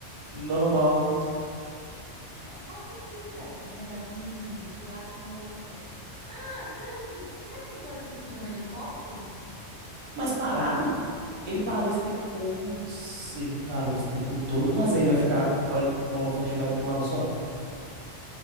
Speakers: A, on the right; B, on the right.
A: normal.
B: É, qual a possibilidade, né, de alguém voar com um holofote? Ah, será que, que- será que não pode ter sido um helicóptero?
A: Mas parado? Ele parou esse tempo. Putz, ele parou esse tempo todo, mas aí ele vai ficar olha, com o holofote virado para um lado só.